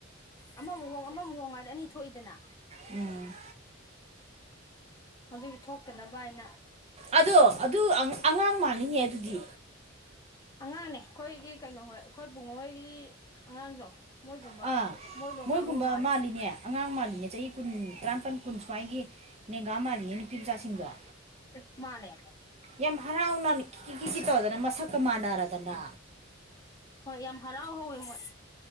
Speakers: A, on the left (about 20°); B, on the right (about 30°).
A: ꯑꯃꯃꯨꯛ ꯍꯣꯡ ꯑꯃꯃꯨꯛ ꯍꯣꯡ ꯍꯥꯏꯗꯤ ꯑꯅꯤ ꯊꯣꯛꯏꯗꯅ
B: ꯎꯝ
A: ꯑꯗꯨꯒꯤ ꯊꯣꯛꯇꯅꯕ ꯍꯥꯏꯅ
B: ꯑꯗꯣ ꯑꯗꯨ ꯑꯉꯥꯡ ꯃꯥꯟꯂꯤꯅꯦ ꯑꯗꯨꯗꯤ
A: ꯑꯉꯥꯡꯅꯦ ꯑꯩꯈꯣꯏꯒꯤ ꯀꯩꯅꯣꯍꯣꯏ ꯑꯩꯈꯣꯏ ꯄꯨꯡꯉꯣꯏꯒꯤ ꯑꯉꯥꯡꯗꯣ ꯃꯣꯏ ꯀꯨꯝꯕ
B: ꯑꯥ
A: ꯃꯣꯏꯅꯣꯡꯒꯒꯨꯝꯕ
B: ꯃꯣꯏꯒꯨꯝꯕ
A: ꯃꯥ
B: ꯃꯥꯜꯂꯤꯅꯦ ꯑꯉꯥꯡ ꯃꯥꯜꯂꯤꯅꯦ ꯆꯍꯤ ꯀꯨꯟ ꯇꯔꯥꯃꯥꯄꯜ ꯀꯨꯟ ꯁ꯭ꯋꯥꯏꯒꯤ ꯂꯦꯡꯒꯥ ꯃꯥꯜꯂꯤꯅꯦ ꯅꯨꯄꯤ ꯃꯆꯥꯁꯤꯡꯗꯣ
A: ꯎꯝ ꯃꯥꯅꯦ
B: ꯌꯥꯝ ꯍꯔꯥꯎꯅ ꯀꯤꯁꯤ ꯇꯧꯗꯅ ꯃꯁꯛꯀ ꯃꯥꯟꯅꯔꯗꯅ
A: ꯍꯣꯏ ꯌꯥꯝ ꯍꯔꯥꯎ ꯍꯧꯋꯦ ꯃꯣꯏ